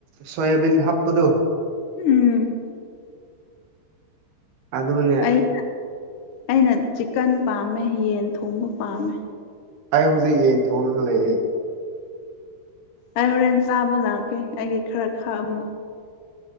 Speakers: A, on the right (about 70°); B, on the left (about 75°).
A: ꯁꯣꯌꯥꯕꯤꯟ ꯍꯥꯞꯄꯗꯣ꯫
B: ꯎꯝ꯫
A: ꯑꯗꯨꯅꯦ꯫
B: ꯑꯩ ꯑꯩꯅ ꯆꯤꯛꯀꯟ ꯄꯥꯝꯃꯦ ꯌꯦꯟ ꯊꯣꯡꯕ ꯄꯥꯝꯃꯦ꯫
A: ꯑꯩ ꯍꯧꯖꯤꯛ ꯌꯦꯟ ꯊꯣꯡꯉꯒ ꯂꯩꯌꯦ꯫
B: ꯑꯩ ꯍꯣꯔꯦꯟ ꯆꯥꯕ ꯂꯥꯛꯀꯦ ꯑꯩꯒꯤ ꯈꯔ ꯈꯥꯛꯑꯝꯃꯨ꯫